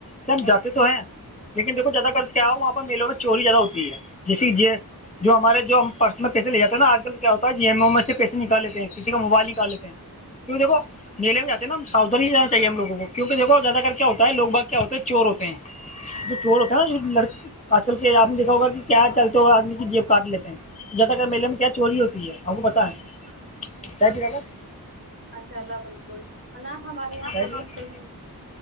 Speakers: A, on the left; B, on the right.
A: سب جاتے تو ہیں لیکن دیکھو زیادہ تر کیا ہو وہاں پر میلوں میں چوری زیادہ ہوتی ہے جیسے جو ہمارے جو ہم پرس میں پیسے لے جاتے ہیں نا آج کل کیا ہوتا ہے جیبوں میں سے پیسے نکال لیتے ہیں کسی کا موبائل نکال لیتے ہیں کیوں دیکھو نیل میں جاتے ہیں ن ہم ساتھن ہی جانااہے ہم میلے میں جاتے ہے ہم سودھانی سے جانا چاہیے ہم لوگوں کو کیونکہ دیکھو زیادہ کر کیا ہوتا ہے لوگ باگ کیا ہوتے ہیں چور ہوتے ہیں جو چور ہوتا ہے نا لک آج کل کے آپ نے دیکھا ہوگا کہ کیا چلتے ہوے آدمی کی جیب کاٹ لیتے ہیں جدا کر میلے میں کیا چوری ہوتی ہے ہم کو پتاہیں کیا ھان <unintelligible>
B: ماشاء اللہ بالکل اذان ہمارے یہاں
A: کیا
B: پہ بھی ک